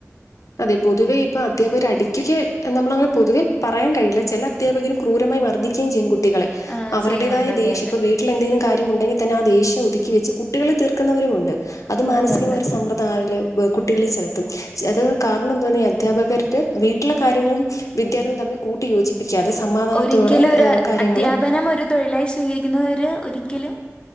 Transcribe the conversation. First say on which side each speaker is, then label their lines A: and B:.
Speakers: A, on the left; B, on the left.
A: അതെ പൊതുവേ ഇപ്പൊ അധ്യാപകര് അടിക്കക നമ്മളങ്ങനെ പൊതുവേ പറയാൻ കഴയില്ല ചെല അധാപകര് ക്രൂരമായി മർദ്ദിക്കുകയുചെയ്യും കുട്ടികളെ
B: ആ
A: അവരുടേതായ
B: ചെയ്യുന്നുണ്ട് അതെ
A: ദേഷ്യത്തി
B: അതെ
A: ഇപ്പ വീട്ടിലെന്തെിലും കാര്യമുണ്ടെങ്കിൽ തന്നെ ആഹ് ദൈശ്യ ഒതുക്കി വെച്ച് കുട്ടികളെ തീർക്കവരു ഉണ്ട് അത് മാനസികമായ
B: ഉണ്ടുണ്ട്
A: ഒരു സംവൃ <unintelligible> കുട്ടികളിൽ ചെലുത്തും അത് കാരണന്താ അധ്യാപകരുടെ വീട്ടിലെ കാര്യങ്ങളും വിദ്യാലയവ തമ്മിൽ കൂട്ടി യോജിപ്പിക്കാതെ സമാധാനത്തോടെ
B: ഒരിക്കലും ഒരു
A: കാര്യങ്ങ
B: അധ്യാപനം ഒരു തൊഴിലായി സ്വീകരിക്കുന്നവര് ഒരിക്കലും